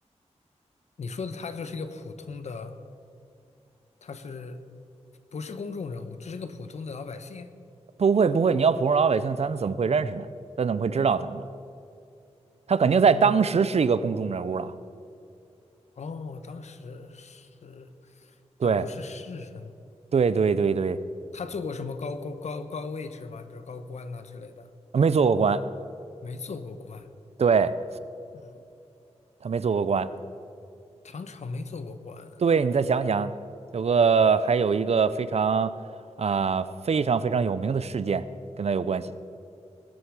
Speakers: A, on the left; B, on the right.
A: 你说的他就是一个普通的，他是不是公众人物？只是个普通的老百姓。
B: 不会不会，你要普通老百姓，咱怎么会认识呢？咱怎么会知道他呢？他肯定在当时是一个公众人物了。
A: 嗯，哦，当时是，但不是诗人。
B: 对对对对对，
A: 他做过什么高高高高位置吗？比如高官呐、之类的，
B: 没做过官，
A: 没做过官。
B: 对，
A: 嗯，
B: 他没做过官。
A: 唐朝没做过官，
B: 对，你再想想，有个还有一个非常啊、非常非常有名的事件跟他有关系。